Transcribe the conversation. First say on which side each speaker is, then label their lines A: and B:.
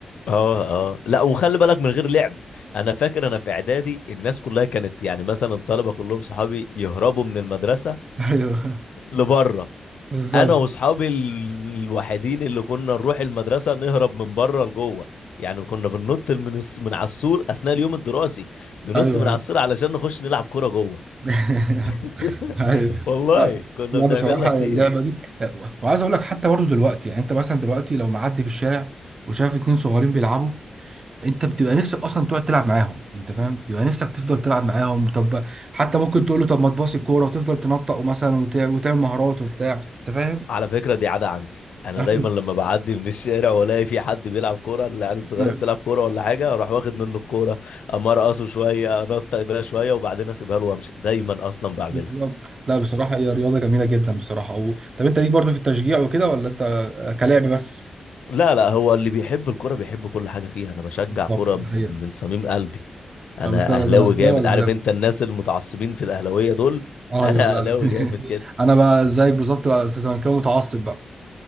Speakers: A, on the left; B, on the right.
A: اه اه لا وخلي بالك من غير لعب انا فاكر انا في اعدادي الناس كلها كانت يعني مثلا الطلبه كلهم صحابي يهربوا من المدرسه
B: <laughs> ايوه
A: لبره
B: بالظبط
A: انا واصحابي ال- الوحيدين اللي كنا نروح المدرسه نهرب من بره لجوه يعني كنا بننط من الس- من على السور اثناء اليوم الدراسي ننط
B: ايوه
A: من على
B: ايوه
A: السور علشان نخش نلعب كوره جوه
B: <laughs>
A: <laughs>
B: أيوة.
A: والله
B: لا
A: كنا
B: لا
A: بنعملها
B: بصراحة
A: كتير
B: اللعبة دي لا، وعايز أقول لك حتى برضو دلوقتي يعني أنت مثلا دلوقتي لو معدي في الشارع وشايف اتنين صغيرين بيلعبوا أنت بتبقى نفسك أصلا تقعد تلعب معاهم أنت فاهم؟ بيبقى نفسك تفضل تلعب معاهم طب حتى ممكن تقول له طب ما تباصي الكورة وتفضل تنطق مثلا وتع- وتعمل مهارات وبتاع أنت فاهم؟
A: على فكره دي عاده عندي انا
B: أيوة
A: دايما لما بعدي من الشارع والاقي في حد بيلعب كوره العيال الصغيره
B: ما-
A: بتلعب كوره ولا حاجه اروح واخد منه الكوره اما ارقصه شويه انط بيها شويه وبعدين اسيبها له وامشي دايما اصلا
B: بالظبط
A: بعملها
B: لا بصراحة هي رياضة جميلة جدا بصراحة و... طب أنت ليك برضو في التشجيع وكده ولا أنت كلاعب بس؟
A: لا لا هو اللي بيحب الكوره بيحب كل حاجه فيها انا بشجع
B: بالظبط
A: كوره
B: الحقيقة
A: من صميم قلبي انا
B: طب أنت زملكاوي
A: اهلاوي جامد
B: ولا
A: عارف انت الناس المتعصبين في الاهلاويه دول
B: ايوه
A: انا
B: لا
A: اهلاوي
B: <laughs>
A: جامد كده
B: انا بقى زيك بالظبط بقى استاذ زملكاوي متعصب بقى